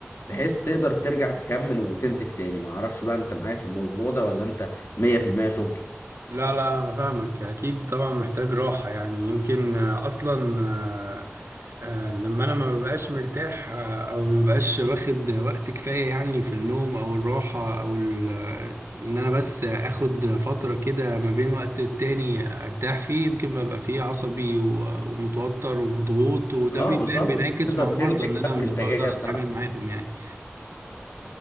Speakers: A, on the left; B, on the right.
A: بحيث تقدر ترجع تكمل وتنتج تاني ما اعرفش بقى انت معايا في الموضوع ده ولا انت 100% شغل
B: لا لا انا فاهمك اكيد طبعا محتاج راحة يعني يمكن آه، اصلا آه، آه، لما انا ما ببقاش مرتاح آه، او ما ببقاش واخد وقت كفاية يعني في النوم او الراحة او ال- آه، ان انا بس اخد فترة كده ما بين وقت والتاني ارتاح فيه يمكن ببقى فيه عصبي و- ومتوتر ومضغوط وده
A: اه
B: بيبان
A: بالظبط
B: بينعكس
A: مش تقدر
B: مع المرضى
A: تنتج
B: ان انا
A: بقى
B: مش
A: الانتاجية
B: بقدر
A: بتاعتك
B: اتعامل معاهم يعني